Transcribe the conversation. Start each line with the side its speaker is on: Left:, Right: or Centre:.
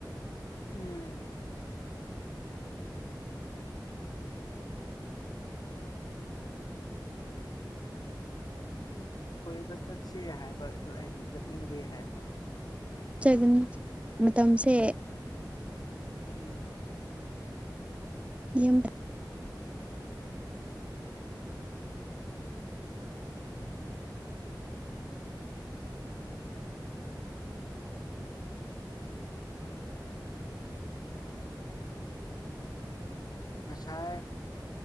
Left: ꯎꯝ ꯑꯣꯏꯁ ꯍꯥꯏꯅꯤ ꯆ ꯍꯥꯏ
Right: ꯆꯒꯅꯤ ꯃꯇꯝꯁꯦ
Left: ꯎ
Right: ꯌ
Left: ꯁꯥꯏ